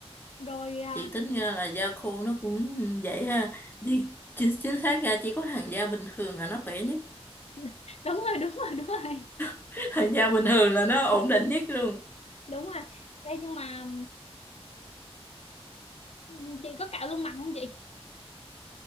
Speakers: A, on the left; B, on the left.
A: rồi à,
B: chị tính ra là da khô nó cũng vậy ha thì chính, chính xác ra chỉ có thằng da bình thường là nó khỏe nhất
A: <laughs> đúng rồi đúng rồi đúng rồi
B: <laughs> thằng da bình thường là nó ổn định nhất luôn
A: đúng rồi Ê, nhưng mà ừm, chị có cạo lông mặt không chị